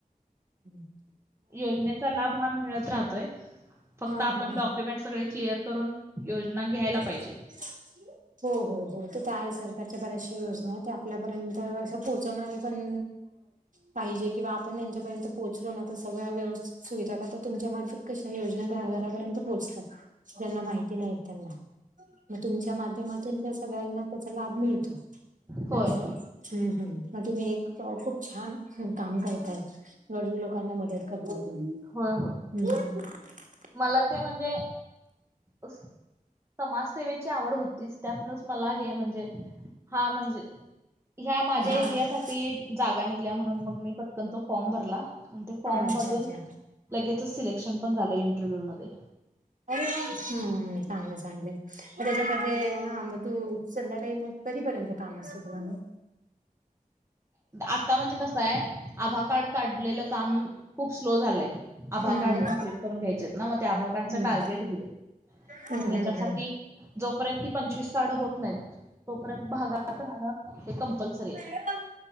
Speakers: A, on the right (about 65°); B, on the right (about 20°).
A: हम्म <unintelligible> <inaudible>
B: योजनेचा लाभ हा मिळत राहतोय फक्त
A: हा
B: आपण
A: हा
B: डॉक्युमेंट
A: हा
B: सगळे क्लिअर करून योजना.
A: <unintelligible>
B: पाहिजे
A: हो हो हो तर तर आहे सरकारच्या बऱ्याचशा योजना ते आपल्यापर्यंत असं पोहोचवणारे पण पाहिजे किंवा आपण, त्यांच्यापर्यंत पोहोचलो ना तर, सगळ्या व्यव सुविधा करतात. नाहीतर तुमच्या मार्फत. कशा योजना घराघरापर्यंत पोहोचतात त्यांना, माहिती नाही त्यांना. मग तुमच्या माध्यमातून त्या सगळ्यांना त्याचा, लाभ मिळतो
B: होय
A: असं. हम्म हम् मग तुम्ही, एक खूप छान काम करताय. गरजू लोकांना मदत. कप हम्
B: होय होय
A: <unintelligible>
B: मला ते म्हणजे, समाजसेवेची. आवड होती त्यातनच मला हे म्हणजे हा म्हणजे ह्या माझ्या
A: हा
B: एरिया साठी जागा निघल्या म्हणून मग मी पटकन तो फॉर्म भरला. आणि ते फॉर्म
A: अच्छा
B: मधून
A: अच्छा
B: लगेचच सिलेक्शन पण झालं इंटरव्ह्यू मध्ये
A: अरे हम् चांगलं चांगले म त्याच्यामध्ये हा मग तू संध्याकाळी मग कधीपर्यंत काम असतं तुम्हाला
B: आता म्हणजे कस आहे आभा कार्ड काढलेलं काम खूप स्लो झालंय. आभा
A: हम्म
B: कार्ड कम्प्लीट करून घ्यायचे आहेत ना मग त्या आभा कार्डच
A: हम्म
B: टार्गेट दिले.
A: हम्म
B: त्याच्यासाठी
A: हम्म हम्म
B: जोपर्यंत ती पंचवीस कारढ होत नाहीत तोपर्यंत भागात राहणं. हे कंपल्सरी
A: ह.